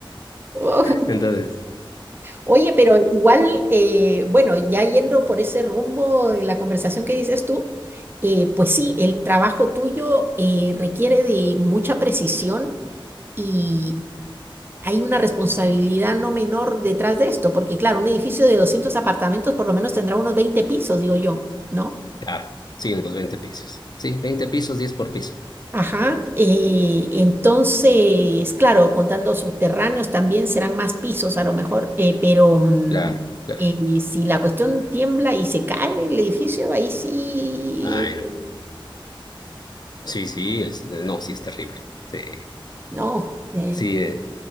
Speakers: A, on the right; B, on the left.
A: Oh.
B: Entonces,
A: Oye, pero igual, eh, bueno, ya yendo por ese rumbo de la conversación que dices tú, eh, pues sí, el trabajo tuyo eh, requiere de mucha precisión y hay una responsabilidad no menor detrás de esto, porque claro, un edificio de 200 apartamentos por lo menos tendrá unos 20 pisos, digo yo, ¿no?
B: claro, sí, unos 20 pisos. Sí, 20 pisos, 10 por piso.
A: Ajá, eh, entonces, claro, contando subterráneos también serán más pisos a lo mejor, eh, pero mm,
B: Claro, claro.
A: eh, si la cuestión tiembla y se cae el edificio, ahí sí,
B: Ay,
A: eh,
B: no. Sí, sí, es, no, sí es terrible. Sí.
A: no. eh,
B: Sí, eh,